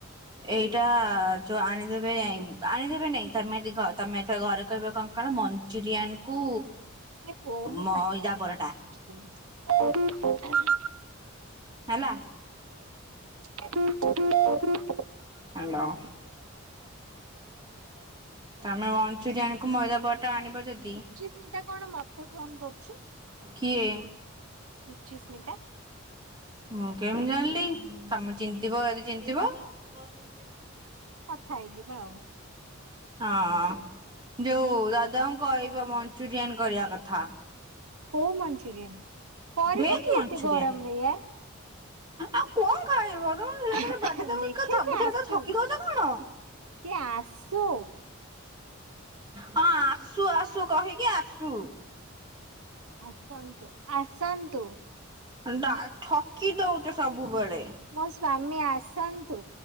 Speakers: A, on the right; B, on the right.
A: ଏଇଟା ଯୋଉ ଆଣିଦେବେ ଆଣିଦେବେ ନାଇଁ ତମେ ଯିକ ତମେ ଏଥର ଘରେ କହିବ କଣ ସକାଳେ ମଞ୍ଚୁରିଆନ୍ କୁ
B: <unintelligible>
A: ମଇଦା ପରଟା ହେଲା।
B: <unintelligible>
A: ହାଲୋ। ତମେ ମଞ୍ଚୁରିଆନ କୁ ମଇଦା ପରଟା ଆଣିବ ଯଦି
B: ସୁଚିସ୍ମିତା କଣ ମତେ ଫୋନ କରୁଛି?
A: କିଏ?
B: ସୁଚିସ୍ମିତା।
A: ମୁଁ କେମିତି ଜାଣିଲି ତମେ ଚିହ୍ନିଥିବ ଯଦି ଚିହ୍ନିଥିବ। <unintelligible>
B: କଥା ହେଇଯିବ ଆଉ।
A: ହଁ ଯୋଉ ଦାଦାଙ୍କୁ କହିବ ମଞ୍ଚୁରିଆନ କରିବା କଥା।
B: କୋଉ ମଞ୍ଚୁରିୟାନ କରିବ
A: ଭେଜ
B: କିଏ
A: ମଞ୍ଚୁରିଆନ
B: ଏତେ ଗରମରେ ୟାର?
A: ଆଉ କଣ ଖାଇବ ତମ ଝିଅ
B: ୟାର।
A: ର ବାଡେ ଦବା
B: ଦେଖେ
A: କଥା ସବୁଥିରେ
B: ସେ ଆସୁ।
A: ଠକି ଦଉଛ କଣ?
B: ସିଏ ଆସୁ।
A: ହଁ ଆସୁ ଆସୁ କହିକି ଆସୁ।
B: ଆସନ୍ତୁ ଆସନ୍ତୁ।
A: ଡା ଠକି ଦଉଛ ସବୁବେଳେ।
B: ମୋ ସ୍ଵାମୀ ଆସନ୍ତୁ